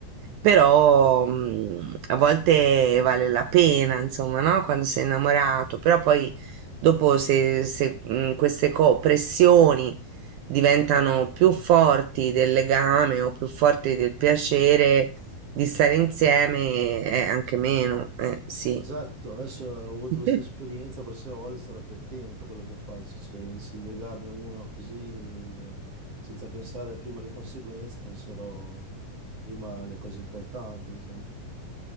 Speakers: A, on the right; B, on the right.
A: però mm, a volte vale la pena, insomma, no? Quando sei innamorato, però poi dopo se, se, mm, queste co- pressioni diventano più forti del legame o più forti del piacere di stare insieme è anche meno, eh, sì,
B: Esatto, adesso ho avuto
A: <laughs>
B: questa esperienza, la prossima volta sarò più attento a quello che faccio, cioè invece di legarmi a uno così eh, senza pensare prima alle conseguenze, penserò prima alle cose importanti, insomma.